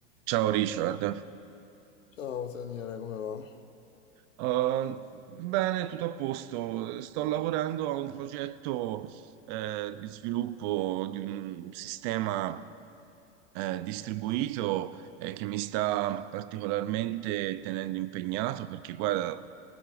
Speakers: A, on the right (about 40°); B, on the left (about 90°).
A: Ciao Richard.
B: Ciao Daniele, come va?
A: Uh, bene, tutto a posto. Sto lavorando a un progetto eh, di sviluppo di un sistema eh, distribuito eh, che mi sta particolarmente tenendo impegnato perché, guarda,